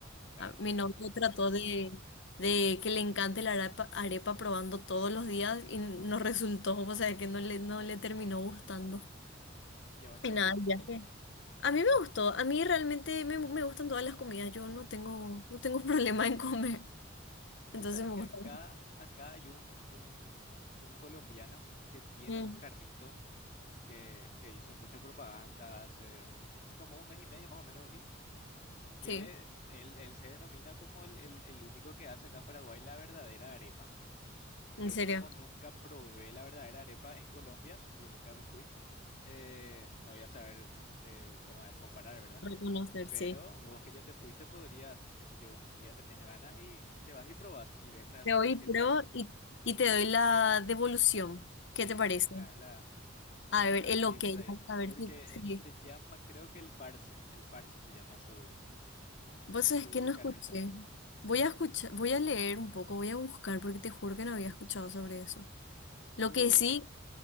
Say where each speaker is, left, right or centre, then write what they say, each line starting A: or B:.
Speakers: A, on the left; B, on the left.
A: Claro,
B: Ah, Mi
A: lo nuestro.
B: novio trató de, de que le encante la arepa, arepa probando todos los días y no resultó, o sea, que no le, no le terminó gustando.
A: ¿Y a vos te
B: Y
A: gustó?
B: nada, el viaje. A mí me gustó, a mí realmente me, me gustan todas las comidas, yo no tengo, no tengo <laughs> problema en comer, entonces
A: Vos sabés
B: me
A: que
B: gusta.
A: acá, acá hay un, un, un colombiano que tiene
B: Mm,
A: un carrito que, que hizo mucha propaganda hace, hace como un mes y medio más o menos vi, que
B: sí,
A: él, él se denomina como el, el- el único que hace acá en Paraguay la verdadera arepa.
B: en
A: Yo
B: serio,
A: como nunca probé la verdadera arepa en Colombia, porque nunca me fui, eh, no voy a saber eh, cómo es comparar, ¿verdad?
B: reconocer,
A: Pero
B: sí.
A: vos que ya te fuiste podrías, qué sé yo, un día tenés ganas y te vas y probás y ves realmente
B: Te doy
A: qué tal.
B: pro y, y te doy la devolución,
A: Sí,
B: ¿qué te parece?
A: me, me das la,
B: A ver,
A: los
B: el
A: tips
B: ok,
A: ahí.
B: a ver
A: Porque
B: si, si
A: eh, se llama, creo que el Parse, el Parse se llama su,
B: Vos
A: su
B: sabés que no escuché.
A: carrito.
B: Voy a escuchar, voy a leer un poco, voy a buscar porque te juro que no había escuchado sobre eso. Lo
A: Tuvo,
B: que sí,